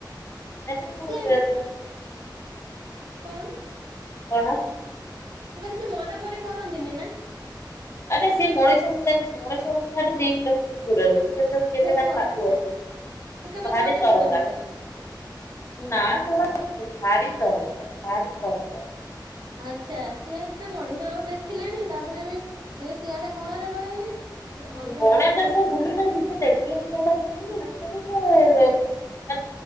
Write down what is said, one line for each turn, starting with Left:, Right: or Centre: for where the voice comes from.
Left: ଏଁ
Right: ସେ
Left: <unintelligible>
Right: କଣ?
Left: କଣ?
Right: ମୁଁ କହିଲି ସେ ମରାମରି କରନ୍ତିନି ନା।
Left: ଆ ରେ ସେ ମଣିଷ ମଣିଷଙ୍କ ଠାରୁ ଦି କିଲୋମିଟର ଦୂରରେ ସେ କେବେ
Right: ଓହୋ
Left: ତା ପାଖକୁ
Right: ଆଚ୍ଛା।
Left: ଆସେନି
Right: ତୁ କେବେ
Left: ଭାରି
Right: ଧରିନୁ
Left: ତରକା
Right: ତାଙ୍କୁ ତାହେଲେ ଓହୋ
Left: ନା ସେ ଭାରି ତରକା ଭାରି ତରକା।
Right: ଆଚ୍ଛା ସିଏ ଏତେ ମଣିଷ ଆଉ ଦେଖିଲେଣି ତାପରେ ବି ସିଏ ସିଆଡେ ବଣରେ ରହିଲେ। ମଣିଷ
Left: ବଣା
Right: ପାଖକୁ
Left: ଟା
Right: ଆସିଲେ
Left: ତ ବୁଲୁ ଚନ୍ତି ସେ ଦେ ବୁଲାରିଆଟା ବୁଲିୁ <unintelligible> ତରକା